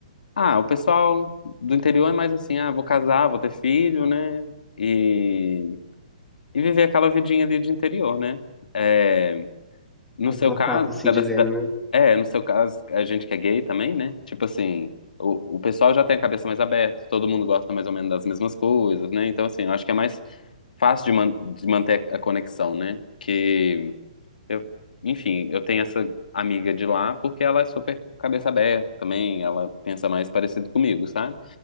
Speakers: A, on the left; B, in the centre.
A: ah, o pessoal do interior é mais assim, ah, vou casar, vou ter filho, né? E, e viver aquela vidinha ali de interior, né? É, no
B: Mais
A: seu
B: uma
A: caso,
B: parte assim
A: que é da
B: dizendo,
A: cidade-
B: né?
A: é, no seu caso, a gente que é gay também, né? Tipo assim, o, o pessoal já tem a cabeça mais aberta, todo mundo gosta mais ou menos das mesmas coisas, né? Então, assim, eu acho que é mais fácil de, man- de manter a conexão, né? que eu, enfim, eu tenho essa amiga de lá porque ela é super cabeça aberta também, ela pensa mais parecido comigo, sabe?